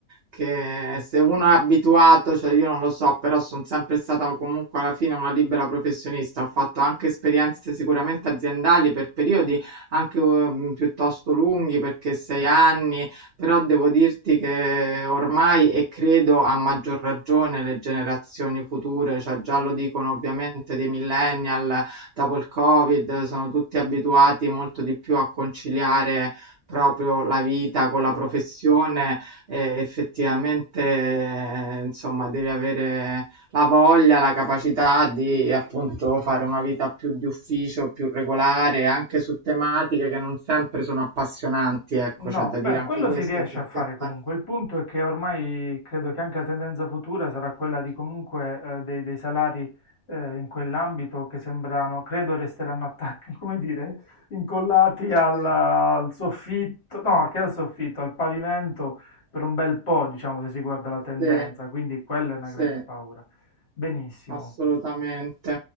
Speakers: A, on the right (about 50°); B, on the left (about 50°).
A: che se uno è abituato, cioè io non lo so, però sono sempre stata comunque alla fine una libera professionista, ho fatto anche esperienze sicuramente aziendali per periodi anche eh, mh, piuttosto lunghi, perché sei anni però devo dirti che ormai, e credo a maggior ragione le generazioni future, cioè già lo dicono ovviamente dei millennial, dopo il Covid, sono tutti abituati molto di più a conciliare proprio la vita con
B: vero?
A: la professione e effettivamente, eh, insomma, devi avere la voglia, la capacità di appunto fare una vita più di ufficio, più regolare, anche su tematiche che non sempre sono appassionanti, ecco,
B: No,
A: c'è da
B: beh,
A: dire anche
B: quello
A: questo,
B: si riesce
A: perché
B: a fare comunque.
A: fa-
B: Il punto è che ormai credo che anche la tendenza futura sarà quella di comunque eh, dei, dei salari eh, in quell'ambito che sembrano, credo resteranno attacchi, <laughs> come dire, incollati al,
A: sì,
B: al soffitto, no, che al soffitto, al pavimento per un bel po', diciamo, se si guarda la tendenza.
A: sì,
B: Quindi quella è una grande
A: sì,
B: paura. Benissimo.
A: assolutamente.